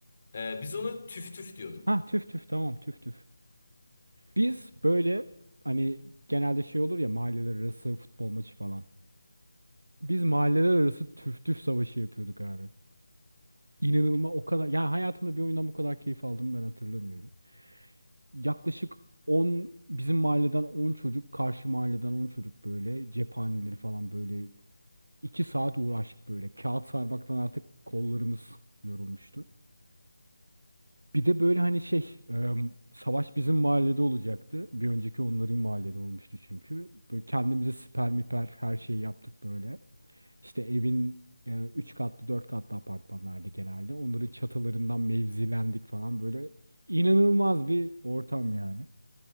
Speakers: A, on the left; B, on the right.
A: Ee, biz onu tüf tüf diyorduk.
B: Ha tüf tüf tamam tüf tüf. Biz böyle hani genelde şey olur ya mahalleler arası futbol maçı falan. Biz mahalleler arası tüf tüf savaşı yapıyorduk abi. İnanılmaz o kadar ya hayatımda bir oyundan bu kadar keyif aldım ben hatırlamıyorum. Yaklaşık 10 bizim mahalleden 10 çocuk karşı mahalleden 10 çocuk böyle cephaneleri falan böyle 2 saat uğraştık böyle. Kağıt sarmaktan artık kollarımız yorulmuştu. Bir de böyle hani şey e, savaş bizim mahallede olacaktı. Bir önceki onların mahallede olmuştu çünkü. Böyle kendimize siper miper her şeyi yaptık böyle. İşte evin e, 3 katlı 4 katlı apartmanlardı genelde. Onların çatılarından mevzilendik falan böyle. İnanılmaz bir ortam yani.